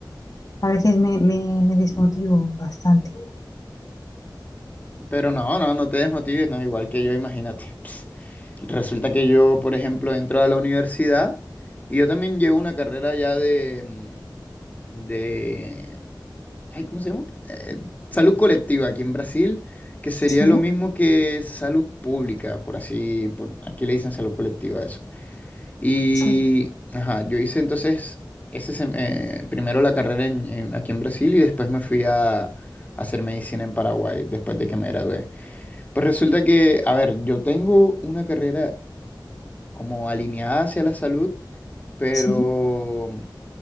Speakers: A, on the left; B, on the left.
A: A veces me, me, me desmotivo bastante.
B: Pero no, no, no te desmotives, no, igual que yo, imagínate. Ps, Resulta que yo, por ejemplo, entro a la universidad y yo también llevo una carrera ya de, mm, de, ay, ¿cómo se llama? Eh, salud colectiva aquí en Brasil, que sería
A: Sí,
B: lo mismo que salud pública, por así, por, aquí le dicen salud colectiva a eso. Y,
A: sí,
B: ajá, yo hice entonces ese, sem- eh, primero la carrera en- en- aquí en Brasil y después me fui a, a hacer medicina en Paraguay, después de que me gradué. Pues resulta que, a ver, yo tengo una carrera como alineada hacia la salud, pero,
A: sí.